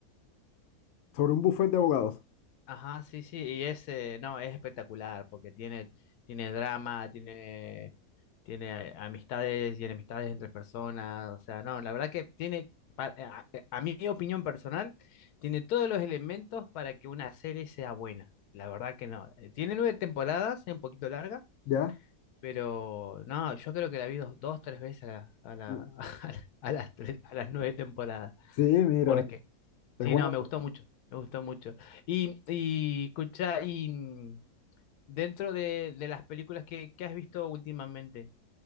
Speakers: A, on the left (about 65°); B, on the left (about 85°).
A: Sobre un buffet de abogados.
B: Ajá, sí, sí, y es eh, no, es espectacular porque tiene tiene drama, tiene tiene a- amistades y enemistades entre personas, o sea, no, la verdad que tiene, pa- a, a- eh, a mi opinión personal, tiene todos los elementos para que una serie sea buena, la verdad que no. Eh, Tiene nueve temporadas, es un poquito larga,
A: ¿Ya?
B: pero no, yo creo que la vi dos, dos tres veces a, la- a, la-
A: Sí,
B: <laughs> a la- a las, tres- a las nueve temporadas,
A: Sí, mira,
B: porque
A: es
B: sí,
A: buena.
B: no, me gustó mucho, me gustó mucho. Y, y escucha, y mm, dentro de, de las películas que, que has visto últimamente,